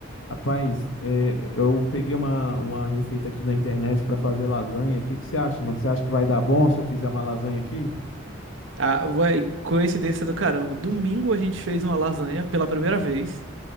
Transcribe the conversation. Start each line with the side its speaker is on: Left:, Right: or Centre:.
Left: Rapaz, é, eu peguei uma, uma receita aqui na internet pra fazer lasanha. O que que você acha, mano? Você acha que vai dar bom se eu fizer uma lasanha aqui?
Right: Ah, ué, coincidência do caramba. Domingo a gente fez uma lasanha pela primeira vez.